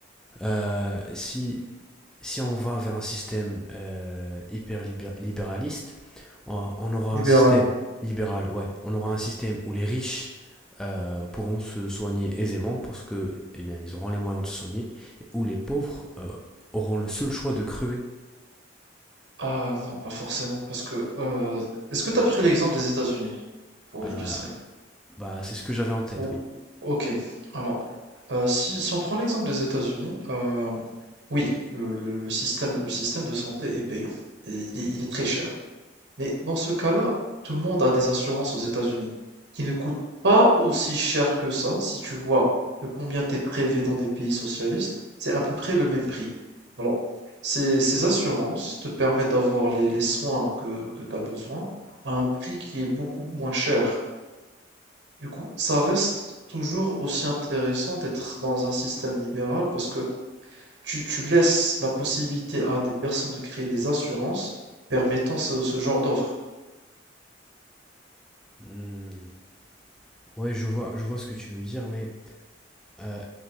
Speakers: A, in the centre; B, on the right.
A: Euh, si si on va vers un système euh, hyper libéraliste, on, on aura
B: Libéral.
A: un système libéral, ouais, on aura un système où les riches euh, pourront se soigner aisément parce que, eh bien, ils auront les moyens de se soigner, et où les pauvres euh, auront le seul choix de crever.
B: Ah non, pas forcément, parce que euh, est-ce que tu as pris l'exemple des États-Unis pour
A: Euh,
B: illustrer?
A: bah, c'est ce que j'avais en tête,
B: Ou
A: oui.
B: ok, alors euh, si, si on prend l'exemple des États-Unis, euh, oui, le, le- le système le système de santé est payant et il est, il est très cher. Mais dans ce cas-là, tout le monde a des assurances aux États-Unis qui ne coûtent pas aussi cher que ça. Si tu vois de combien t'es prélevé dans des pays socialistes, c'est à peu près le même prix. Alors, ces, ces assurances te permettent d'avoir les, les soins que, que tu as besoin à un prix qui est beaucoup moins cher. Du coup, ça reste toujours aussi intéressant d'être dans un système libéral parce que tu, tu laisses la possibilité à des personnes de créer des assurances permettant ce, ce genre d'offres.
A: Hmm. Ouais, je vois, je vois ce que tu veux dire, mais euh,